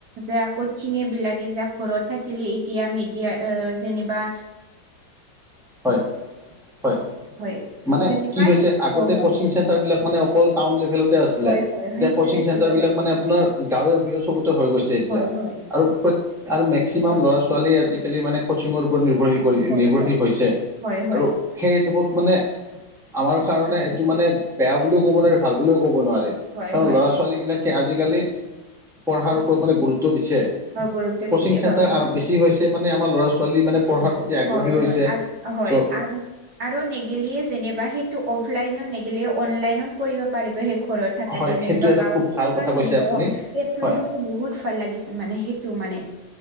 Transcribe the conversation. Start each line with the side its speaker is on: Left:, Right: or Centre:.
Right: যে কচিঙে বিলাকে যে ঘৰত থাকিলে এতিয়া মিডিয়া আ, যেনিবা
Centre: হয়, হয়,
Right: হয়
Centre: মানে
Right: যেনিবা
Centre: কি হৈছে
Right: সেই
Centre: আগতে
Right: অ হয়
Centre: কচিং
Right: হয়
Centre: চেণ্টাৰবিলাক মানে <unintelligible> টাউন লেভেলত তি আছিলে,
Right: হয় হয় হয়
Centre: এতিয়া
Right: সেইটোৱে
Centre: কচিং
Right: আছিলো
Centre: চেন্টাৰবিলাক
Right: হয়
Centre: মানে আপোনাৰ গাঁৱে বোৱে চবতে হৈ গৈছে এতিয়া।
Right: হয় হয়
Centre: আৰু প্ৰ, মেক্সিমাম
Right: হয়
Centre: ল'ৰা ছোৱালী আজিকালি মানে কচিঙৰ ওপৰত নিৰ্ভৰশীল কৰি
Right: হয়
Centre: নিৰ্ভৰশীল
Right: হয়
Centre: হৈছে
Right: হয় হয়
Centre: আৰু সেই হিচাপত মানে আমাৰ কাৰণে
Right: হয়
Centre: এইটো মানে বেয়া বুলিও ক'ব নোৱাৰে, ভাল বুলিও ক'ব নোৱাৰে
Right: হয়
Centre: কাৰন
Right: হয়
Centre: ল'ৰা
Right: হয়
Centre: ছো ছোৱালীবিলাকে আজিকালি পঢ়াৰ ওপৰত মানে গুৰুত্ব দিছে।
Right: গুৰুত্ব
Centre: কচিং
Right: দিছে
Centre: চেণ্টাৰ
Right: হয় হয়
Centre: বেছি হৈছে মানে আমাৰ ল'ৰা ছোৱালী মানে পঢ়াৰ প্ৰতি আগ্ৰহী
Right: হয়
Centre: হৈছে।
Right: হয় হয়
Centre: চ'
Right: আৰু আৰু নেগেলিয়ে যেনিবা সেইটো অফলাইনত নেগিলে অনলাইনত কৰিব পাৰিব সেই ঘৰত থাকাতে,
Centre: হয় সেইটো
Right: যেনিবা
Centre: এটা
Right: গাঁৱতে
Centre: খুব ভাল
Right: থাকা
Centre: কথা কৈছে
Right: যেনেকুৱা
Centre: আপুনি
Right: নহওঁক, পেটলনটো
Centre: হয়।
Right: বহুত ভাল লাগিছে মানে সেইটো মানে।